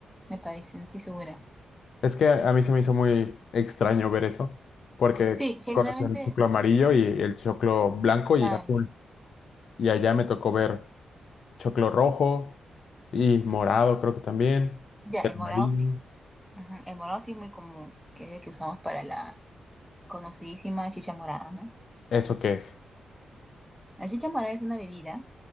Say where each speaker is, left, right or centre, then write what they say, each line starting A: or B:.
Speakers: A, in the centre; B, on the left.
A: me parece, no estoy segura.
B: Es que a mí se me hizo muy extraño ver eso, porque
A: Sí, generalmente,
B: conocen el choclo amarillo y el choclo blanco
A: la,
B: y azul. Y allá me tocó ver. choclo rojo y morado, creo que también.
A: ya,
B: El
A: el
B: amarillo.
A: morado sí. Ujú, El morado sí es muy común, que es el que usamos para la conocidísima chicha morada, ¿no?
B: ¿Eso qué es?
A: La chicha morada es una bebida